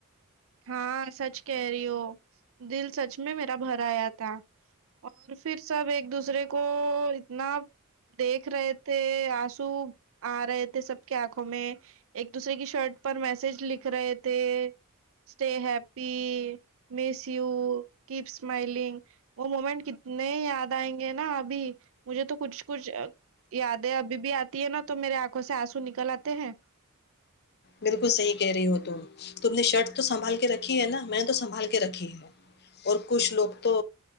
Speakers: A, on the right; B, on the left.
A: ہاں سچ کہہ رہی ہو دل سچ میں میرا بھر آیا تھا اور پھر سب ایک دوسرے کو اتنا دیکھ رہے تھے آنسو آ رہے تھے سب کے آنکھوں میں ایک دوسرے کی شرٹ پر میسج لکھ رہے تھے stay happy miss you keep smiling وہ مومنٹ کتنے یاد آئیں گے نا ابھی مجھے تو کچھ کچھ یادیں ابھی بھی آتی ہے نا تو میرے آنکھوں سے آنسو نکل آتے ہیں
B: بالکل صحیح کہہ رہی ہو تم تم نے شرٹ تو سنبھال کے رکھی ہے نا میں تو سنبھال کے رکھی ہے اور کچھ لوگ تو